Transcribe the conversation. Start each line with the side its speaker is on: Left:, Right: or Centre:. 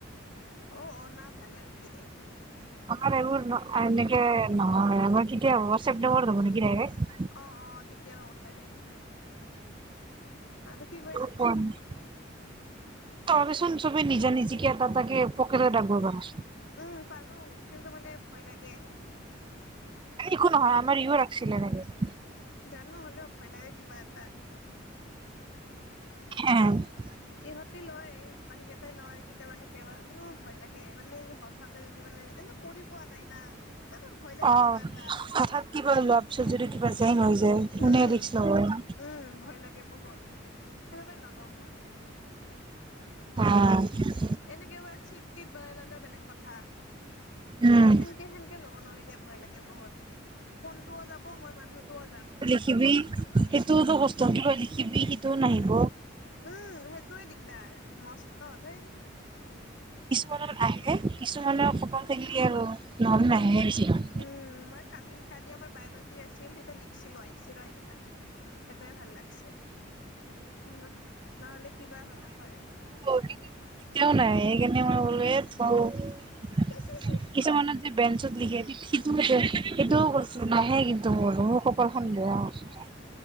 Left: অ', অ', না ভালে হৈছে দে।
Right: আমাৰ এইবোৰ এনেকে নহয়, আমাৰ কেতিয়া হ'ব ছেপ্টেম্বৰত হ'ব নেকি দাইৰেক।
Left: অ', অ', তেতিয়া হ'ব চাগে। <unintelligible>
Right: <unintelligible> তহঁতে চোন চবে নিজা নিজিকে এটা, এটাকে পকেটত আনিব <unintelligible>
Left: উম, পাৰোঁ, কিন্তু মানে ভয় লাগে।
Right: একো নহয়, আমাৰ ইয়ো ৰাখছিলে এনেকে।
Left: জানোঁ, হ'লেও ভয় লাগে কিবা এটা।
Right: <inaudible>
Left: ইহঁতে লয়, বাকী কেইটাই লয় কেতিয়াবা, কেতিয়াবা কিন্তু ভয় লাগে মানে হঠাতে যদি মানে <unintelligible> কৰি পোৱা নাই না। মোৰ ভয় লাগে
Right: অ',
Left: কিবা এটা
Right: হঠৎ কিবা লোৱা পিছত যদি কিবা জেং হৈ যায় কোনে
Left: উম
Right: ৰিক্স ল'ব ইমান।
Left: উম ভয় লাগে বহুত সেনেকে নলওঁ মই
Right: <unintelligible> আঁ'
Left: এনে কিবা চিট টিত বনাই ললেও বেলেগ কথা।
Right: উম
Left: সেনকে সেনকে ল'ব নোৱাৰি দে ভয় লাগে বহুত। ফোনটোও যাব মই মানুহটোও যাম।
Right: খিবি সেইটোওতো কষ্ট কিবা লিখিবি সিটোওটো নাহিব।
Left: উম' সেইটোৱে দিগদাৰ মস্ত ধেই।
Right: কিছুমানত আহে কিছুমানৰ কপাল থাকিলে আৰু নহলে নাহে বেছিভাগ।
Left: উম' মই কালি কালি আমাৰ বায়লজি আছিল তেতিয়া লিখিছিলো আহিছে ৰ সেইগেইটা। সেইটোৱে ভাল লাগছে, উম' নহলে কিবা হলে হয়।
Right: তোৰ ওটিপিটো কেতিয়াও নাহে, সেইকাৰণে মই কলো এ থ।
Left: <unintelligible>
Right: কিছুমানত যে বেঞ্চত লিখে সিটো সেইটোও কৰিছো নাহে কিন্তু মোৰ। কপালখন বেয়া আৰু।